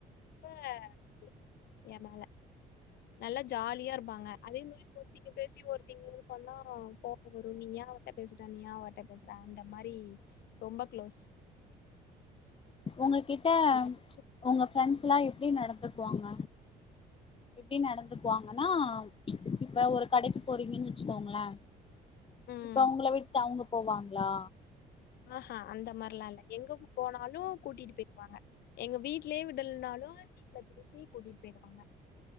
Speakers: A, on the left; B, on the left.
A: ரொம்ப இது என் மேல நல்லா ஜாலியா இருப்பாங்க அதே மாரி ஒருத்திங்க பேசி ஒருத்திங்க இது பண்ணா கோப வரும் நீ ஏ பேசுற நீ அவட்ட பேசுறே அந்த மாரி ரொம்ப க்ளோஸ்
B: உங்க கிட்ட
A: நெறைய
B: உங்க ஃரெண்ட்ஸ்லாம் எப்டி நடந்துக்குவாங்க எப்டி நடந்துக்குவாங்கன்னா இப்ப ஒரு கடைக்கு போறீங்கன்னு வச்சுக்கோங்களேன்
A: ம்.
B: இப்ப உங்கள விட்டு அவங்க போவாங்களா
A: அஹன் அந்த மார்லாம் இல்ல எங்க போனாலும் கூட்டிட்டு போய்க்குவாங்க எங்க வீட்லயே விடல்னாலும் வீட்டுல பேசி கூட்டிட்டு போயிடுவாங்க